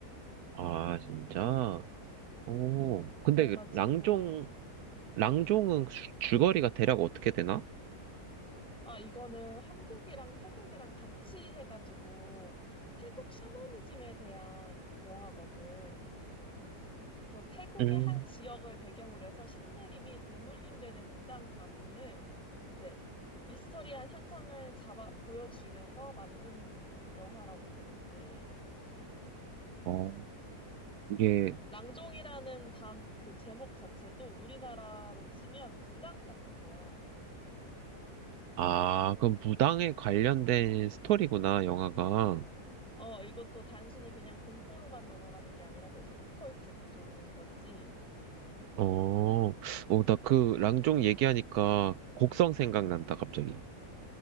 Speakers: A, on the right; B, in the centre.
A: 아, 진짜? 오,
B: 음,
A: 근데
B: 그래가지고,
A: 그 랑종, 랑종은 줄- 줄거리가 대략 어떻게 되나?
B: 아, 이거는 한국이랑 태국이랑 같이 해가지고, 태국 샤머니즘에 대한 영화거든. 그래서 태국의
A: 음.
B: 한 지역을 배경으로 해서 신내림이 대물림되는 무당 가문을 이제 미스터리한 현상을 잡아, 보여주면서 만든 영화라고 보면 돼.
A: 어, 이게,
B: 랑종이라는 단, 그 제목 자체도 우리나라로 치면 무당 같은 거야.
A: 아, 그럼 무당에 관련된 스토리구나, 영화가.
B: 어, 이것도 단순히 그냥 공포로만 넘어가는 게 아니라 그래서 오컬트 쪽인 거지.
A: 어, 어, 나 그 랑종 얘기하니까 곡성 생각난다, 갑자기.